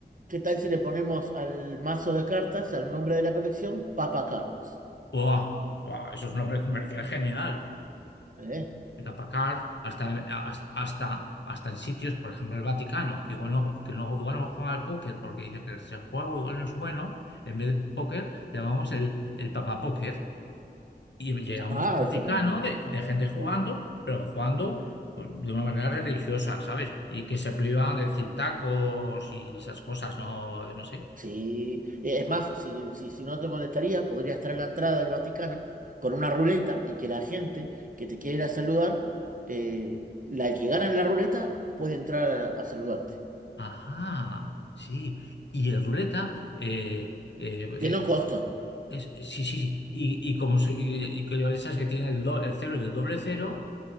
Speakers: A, on the right; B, on the left.
A: ¿qué tal si le ponemos al mazo de cartas, al nombre de la colección, Papa Cards?
B: ¡Buah! ¡Buah! Eso es un nombre comercial genial.
A: ¿Eh?
B: Packard, hasta, hasta, hasta, hasta en sitios, por ejemplo, el Vaticano, que igual no, que no, igual no juega al póker porque dicen que si el juego igual no es bueno, en vez de póker llamamos el, el Papa Póker y llegamos
A: Ah,
B: al
A: eso
B: Vaticano
A: es
B: de, de gente jugando,
A: muy...
B: pero jugando pues, de una manera religiosa, ¿sabes? Y que se privan de decir tacos y esas cosas, no, no sé.
A: Sí, eh, es más, si, si, si no te molestaría, podría estar en la entrada del Vaticano con una ruleta y que la gente que te quiere ir a saludar, eh, la que gana en la ruleta, puede entrar a, a saludarte.
B: Ajá, sí. Y el ruleta, eh, eh,
A: Tiene
B: eh,
A: un costo,
B: Es- es- sí, sí, sí. Y, y como si- y, y que esas que tiene el, do- el cero y el doble cero,